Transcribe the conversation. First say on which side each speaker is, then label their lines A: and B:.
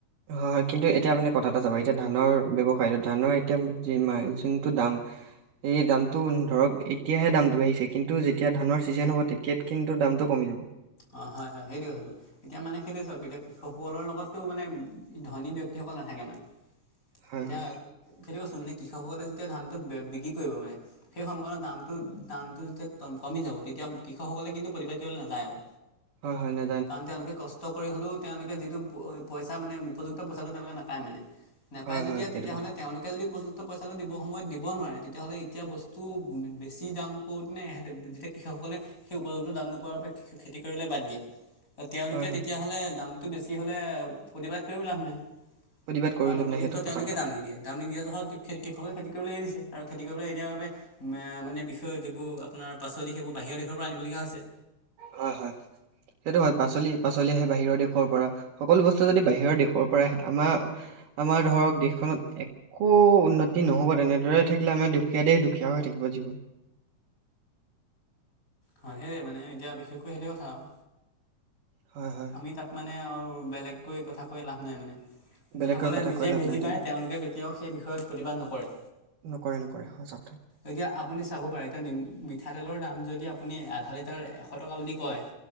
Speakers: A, on the right; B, on the left.
A: হয়, হয়, কিন্তু এতিয়া আপুনি কথা এটা চাব এতিয়া ধানৰ ব্যৱসায়টো ধানৰ এতিয়া যিমান যোনটো দাম। এই দামটো ধৰক এতিয়াহে দামটো বাঢ়িছে কিন্তু যেতিয়া ধানৰ ছিজন হ'ব তেতিয়াত কিন্তু দামটো কমি যাব।
B: অ', হয় হয় সেইটোৱে হৈ গৈ। এতিয়া মানে সেইটো চাওঁক এতিয়া কৃষকসকলৰ লগতো মানে ধনী ব্যক্তিসকল নাথাকে মানে।
A: হয়
B: এতিয়া
A: হয়
B: সেইটো কৈছো মানে কৃষকসকলে যেতিয়া ধানটো বিক্ৰী কৰিব মানে। সেই সময়কনত দামটো দামটো যেতিয়া কমি যাব তেতিয়া কৃষকসকলে কিন্তু প্ৰতিবাদ কৰিবলৈ নাযায় আৰু।
A: হয়, হয়, নে
B: কাৰণ তেওঁলোকে কষ্ট কৰি হ'লেও তেওঁলোকে যিটো পইচা মানে উপযুক্ত পইচাটো তেওঁলোকে নাপায় মানে। নাপায়
A: হয়
B: যদি
A: হয়
B: আৰু
A: সেইটো
B: তেতিয়াহ'লে
A: কথা
B: তেওঁলোক যদি উপযুক্ত পঁইচা দিব সময়ত দিব নোৱাৰে তেতিয়াহ'লে এতিয়া বস্তু বেছি দাম কৰোঁতে <unintelligible> কৃষকসকলে সেই উপযুক্ত দাম নোপোৱাৰ বাবে খেতি কৰিবলৈ বাদ দিয়ে। তেওঁলোকে
A: হয় হয়
B: তেতিয়াহ'লে দাম টো বেছি হ'লে প্ৰতিবাদ কৰিবও লাভ নাই,
A: প্ৰতিবাদ কৰি
B: কাৰণ
A: লাভ
B: উপযুক্ত
A: নাই সেইটো সঁচা
B: তেওঁলোকেই
A: কথা
B: দাম নিদিয়ে। দাম নিদিয়া জহত খ-কৃষকে খেতি কৰিবলৈ এৰি দিছে আৰু খেতি কৰিবলৈ দিয়াৰ বাবে মানে বিষয় যিবোৰ আপোনাৰ পাচলি সেইবোৰ বাহিৰৰ দেশৰ পৰা আনিবলগীয়া হৈছে।
A: হয়, হয়, সেইটো হয় পাচলি পাচলি বাহিৰ দেশৰ পৰা। সকলো বস্তু যদি বাহিৰৰ দেশৰ আহে আমাৰ আমাৰ ধৰক দেশখনত এক একো উন্নতি নহ'ব তেনেদৰে থাকিলে আমাৰ দুখীয়া দেশ দুখীয়া হৈ থাকিব যিবোৰ
B: হয়, সেইয়ে মানে এতিয়া বিশেষকৈ সেইটোৱে কথা আৰু।
A: হয়, হয়।
B: আমি তাত আৰু বেলেগকৈ কথা কৈ লাভ নাই মানে। যিসকলে
A: বেলেগকৈ কথা
B: নিজেই
A: কৈ লাভ
B: বুজি
A: নাই
B: পায়
A: তেনে
B: তেওঁলোকে কেতিয়াও সেই বিষয়ত প্ৰতিবাদ নকৰে।
A: নকৰে নকৰে সঁচা কথা।
B: এতিয়া আপুনি চাব পাৰে, এতিয়া মিঠাতেলৰ দাম যদি আপুনি আধা লিটাৰ এশ টকা বুলি কয়।